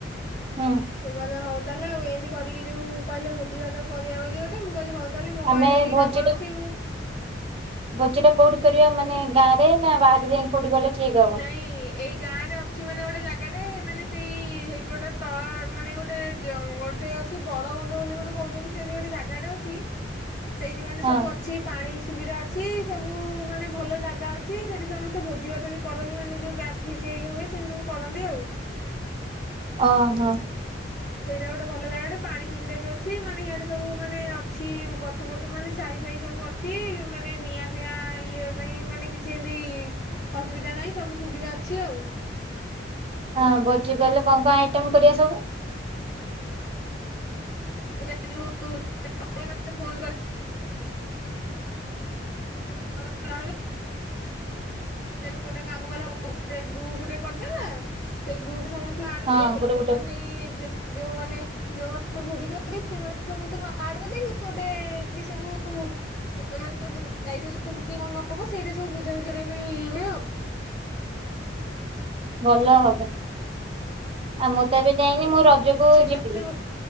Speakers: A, on the right (about 30°); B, on the left (about 55°).
A: ହୁଁ।
B: ସେ କହିଲେ ହଉ ତାହେଲେ ଆଉ ଏମିତି କରିକି ଯୋଉ କହିଲେ ଭୋଜି ଭାତ କରିବା ବୋଲି ଗୋଟେ ମୁଁ କହିଲି ହଉ। ତାହେଲେ ମୋ
A: ଆମେ
B: ପାଖରେ ରେ ଯେତିକି
A: ଭୋଜିଟା
B: ନମ୍ବର ଅଛି ମୁଁ
A: ଭୋଜିଟା କୋଉଠି କରିବା ମାନେ ଗାଁରେ ନା ବାହାରାରେ ଯାଇ କୋଉଠି କଲେ ଠିକ ହବ
B: ନାଇଁ ଏଇ ଗାଁ ରେ ଅଛି ମାନେ ଗୋଟେ ଜାଗାଟେ ମାନେ ସେଇ ହେଇପଟେ ତଳ ମାନେ ଗୋଟେ ଜଙ୍ଗ ଗୋଟେ ଅଛି ବଡ ବନ୍ଧ ବୋଲି ଗୋଟେ କହୁଛନ୍ତି ସେମିତି ଗୋଟେ ଜାଗାଟା ଅଛି। ସେଇଠି ମାନେ
A: ହଁ
B: ସବୁ ଅଛି ପାଣି ସୁବିଧା ଅଛି ସବୁ ମାନେ ଭଲ ଜାଗା ଅଛି ସେଠି ସମସ୍ତେ ଭୋଜି ଭାତ ବି କରନ୍ତି ମାନେ ଯୋଉ ବ୍ୟାଚ୍ ଭିଷ୍ଟ ହେରିକା ହୁଏ ସେ ସବୁ କରନ୍ତି ଆଉ।
A: ଓହୋ।
B: ସେଇଟା ଗୋଟେ ଭଲ ଜାଗା ଗଟେ ପାଣି ସୁବିଧା ବି ଅଛି ମାନେ ଇଆଡେ ସବୁ ମାନେ ଅଛି ଗଛ ପତ୍ର ମାନେ ଛାଇ ଫାଇ ସବୁ ଅ ଛି ମାନେ ନିଆଁ ଫିଆଁ ଇଏ ପାଇଁ ମାନେ କିଛି ଏମତି ଅସୁବିଧା ନାହିଁ ସବୁ ସୁବିଧା ଅଛି ଆଉ।
A: ହଁ ଭୋଜିଗଲେ କଣ କଣ ଆଇଟମ କରିବା ସବୁ?
B: ସେଇଟା ଯେଉଁ ଫୋ <unintelligible> <unintelligible> <unintelligible> ଗୋଟେ କାମ କଲେବ ଗୋଟ ଗ୍ରୁପଟେ କରିଦେଲା ସେ ଗ୍ରୁପ ସମେ ନାଁଟା
A: ହଁ
B: ଦେଇକି
A: ଗୋଟେ ଗୋଟେ
B: ମାନି ଯି ଯେ ଯୋଉମାନେ ଯୋଉମାନେ ଭୋଜି କ ସମସ୍ତଙ୍କୁ ଆଡ କରିଦେଇକି ଗୋଟେ ଏମତି ସବୁ ତ ଯାଇଛ ସବୁ କିଏ କଣ ହବ ସେଇଟା ସବୁ ବୁଝା ବୁଝି କରିବା ପାଇଁ ଇ ହୁଏ ଆଉ।
A: ଭଲ ହବ ଆଉ ମୁଁ ତ ଏବେ ଯାଇନି ମୁଁ ରଜକୁ
B: ସେ କହିଲେ
A: ଯିବି।